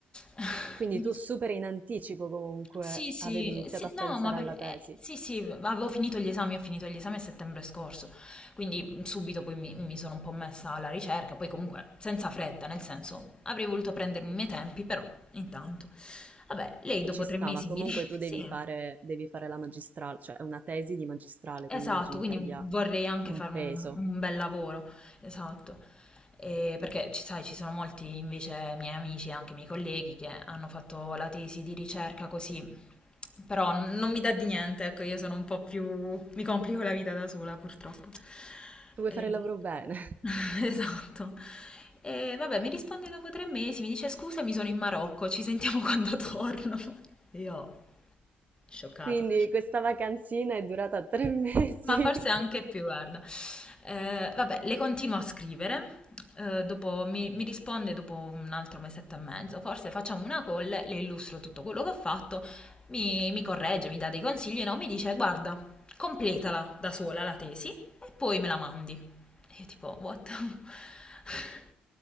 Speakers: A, on the left; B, on the right.
A: <laughs>
B: Quindi
A: Mi
B: tu
A: risponde.
B: super in anticipo comunque
A: Sì, sì,
B: avevi iniziato
A: sì,
B: a
A: no,
B: pensare
A: ma per,
B: alla tesi.
A: eh, sì, sì, avevo finito gli esami, ho finito gli esami a settembre scorso, quindi subito poi mi, mi sono un po' messa alla ricerca, poi comunque senza fretta, nel senso avrei voluto prendermi i miei tempi, però intanto. Vabbè, lei dopo
B: Ci stava,
A: tre mesi
B: comunque
A: mi dice,
B: tu devi
A: <laughs> sì,
B: fare, devi fare la magistrale, cioè è una tesi di magistrale,
A: Esatto,
B: quindi immagino
A: quindi
B: che abbia
A: vorrei anche
B: un
A: fare
B: peso.
A: un, un bel lavoro, esatto. E perché ci sai, ci sono molti invece miei amici e anche miei colleghi che hanno fatto la tesi di ricerca così, però n- non mi dà di niente, ecco, io sono un po' più... mi complico la vita da sola purtroppo.
B: Vuoi
A: E-
B: fare il lavoro bene?
A: <laughs> Esatto. E vabbè, mi risponde dopo tre mesi, mi dice scusa, mi sono in Marocco, ci sentiamo <laughs> quando torno. Io, scioccata.
B: Quindi questa vacanzina è durata tre <laughs> mesi,
A: Ma forse anche più, guarda. Eh, vabbè, le continuo a scrivere, eh, dopo mi, mi risponde dopo un altro mesetto e mezzo, forse facciamo una call, le illustro tutto quello che ho fatto, mi, mi corregge, mi dà dei consigli, no? Mi dice, guarda, completala da sola la tesi e poi me la mandi. E io tipo, what? <laughs>